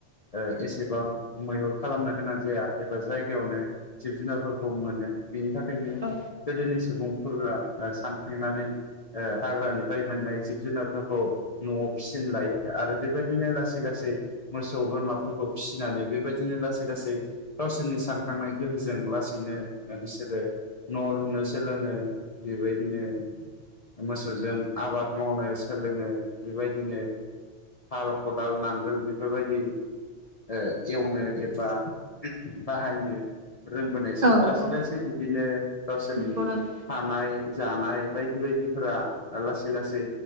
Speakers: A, on the left; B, on the right.
A: ओ एसेबां मैहुर खालामनो गोनां जाया एबा जायगायावनो जिब जुनारफोरखौ मोनो। बिनि थाखायनो
B: औ
A: गोदोनि सुबुंफोला ओ सानखांनानै ओ हाग्रानिफ्राय मोननाय जिब जुनारफोरखौ न'वाव फिसिनो लायो आरो बेबायदिनो लासै लास सै मोसौ बोरमाफोरखौ फिसिनानै बेबायदिनो लासै लासै गावसोरनि सानखांनाय गोहोजों लासैनो ओ बिसोरो न' लुनो सोलोङो बिबाय दिनो मोसौजों आबाद मावनो सोलोङो। बेबायदिनो हाल खदाल नांगोल बेफोरबायदि ओ एवनो एबा बाहायनो रोंबोनायसै
B: औ
A: लासै
B: औ
A: लासै बिदिनो गावसोरनि
B: नंगौ नोंथां
A: हानाय जानाय बायदि बायदिफोरा लासै लासै